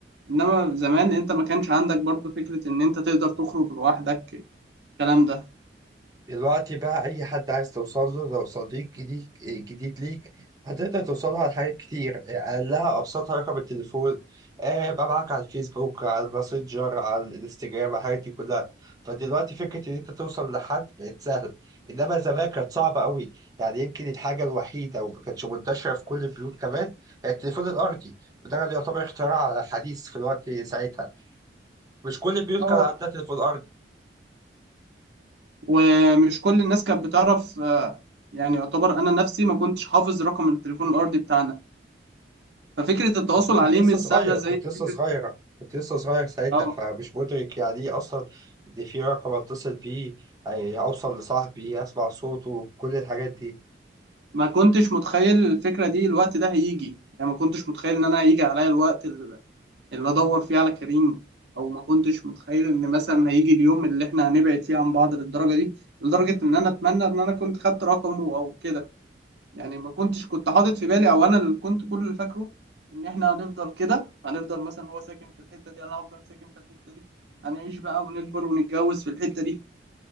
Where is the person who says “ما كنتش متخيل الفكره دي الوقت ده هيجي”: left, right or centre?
Right